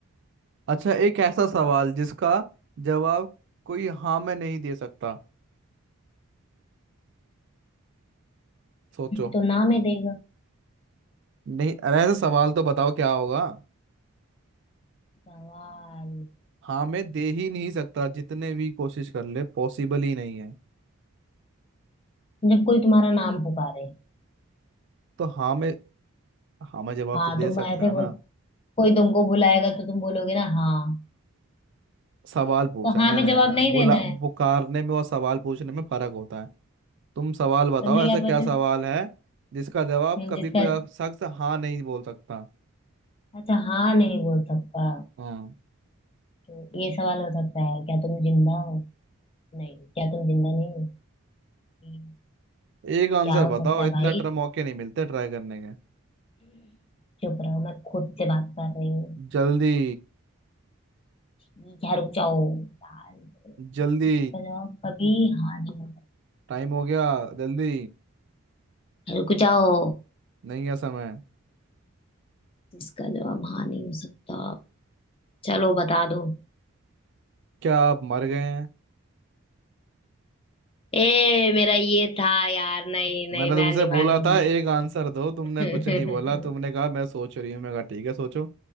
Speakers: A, on the right; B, on the left.
A: अच्छा एक ऐसा सवाल जिसका जवाब कोई हाँ में नहीं दे सकता सोचो
B: तो नाम है देगा
A: नहीं अरे ऐसा सवाल तो बताओ क्या होगा
B: सवाल
A: हाँ मैं दे ही नहीं सकता जितने भी कोशिश कर ले पॉसिबल ही नहीं है
B: जब कोई तुम्हारा नाम पुकारे
A: तो हाँ मैं हाँ मैं जवाब
B: हाँ
A: तो दे
B: तुम
A: सकता
B: ऐसे
A: है
B: बोल
A: ना
B: कोई तुमको बुलाएगा तो तुम बोलोगे ना हाँ
A: सवाल पूछा
B: तो
A: है
B: हाँ
A: मैंने
B: में जवाब नहीं
A: बुला
B: देना है
A: पुकारने में और सवाल पूछने में फर्क होता है तुम सवाल बताओ
B: तुमने
A: ऐसा
B: क्या
A: क्या
B: पूछा
A: सवाल है जिसका जवाब
B: हम्म,
A: कभी
B: जिसका
A: कोई आप- शख्स हाँ नहीं बोल सकता
B: अच्छा हाँ नहीं बोल सकता
A: हाँ
B: तो ये सवाल हो सकता है क्या तुम जिंदा हो नहीं क्या तुम जिंदा नहीं हो नहीं।
A: एक आंसर
B: क्या हो
A: बताओ
B: सकता है
A: इतना
B: भाई
A: टर मौके नहीं मिलते ट्राई करने के
B: चुप रहो मैं खुद से बात कर रही हूँ
A: जल्दी
B: क्या रुक जाओ यार
A: जल्दी
B: जिसका जवाब कभी हाँ नहीं हो
A: टाइम हो गया जल्दी
B: सकता रुक जाओ
A: नहीं है समय
B: जिसका जवाब हाँ नहीं हो सकता चलो बता दो
A: क्या आप मर गए हैं
B: ए मेरा ये था यार नहीं नहीं
A: मैंने
B: मैं
A: तुमसे
B: नहीं मानूंगी
A: बोला था एक आंसर दो तुमने
B: <laughs>
A: कुछ नहीं बोला तुमने कहा मैं सोच रही हूँ मैं कहा ठीक है सोचो